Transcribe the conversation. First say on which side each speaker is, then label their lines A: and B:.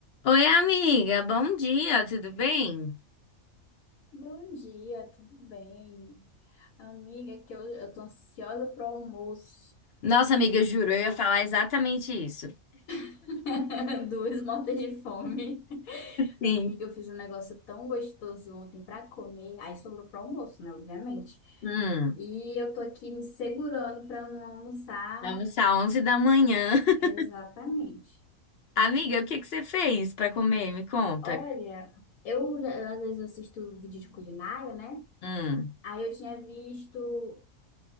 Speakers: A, on the left (about 55°); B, on the left (about 80°).
A: Oi, amiga, bom dia, tudo bem?
B: Bom dia, tudo bem? Amiga, é que eu, eu tô ansiosa pro almoço.
A: Nossa, amiga, eu juro, eu ia
B: Vou...
A: falar exatamente isso.
B: <laughs> Duas mortas de fome.
A: Sim.
B: Amiga, eu fiz um negócio tão gostoso ontem pra comer. Aí sobrou pro almoço, né? Obviamente.
A: Hum,
B: E eu tô aqui me segurando pra não almoçar.
A: vamos às 11 da manhã. <laughs>
B: Exatamente.
A: Amiga, o que que você fez pra comer? Me conta.
B: Olha, eu, eu às vezes assisto vídeo de culinária, né?
A: Hum,
B: Aí eu tinha visto.